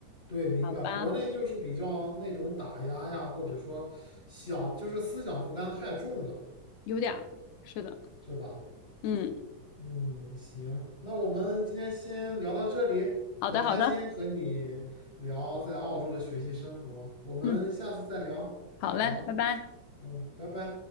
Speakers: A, on the left; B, on the left.
A: 对，明白。
B: 好吧，
A: 国内就是比较那种打压呀，或者说想就是思想负担太重了，
B: 有点儿，是的，
A: 是吧？
B: 嗯，
A: 嗯，行，那我们今天先聊到这里，很开心和你聊在澳洲的学习生活，
B: 好的，好的。
A: 我们下次再聊，
B: 嗯，好嘞，
A: 好吗？
B: 拜拜。
A: 嗯，拜拜。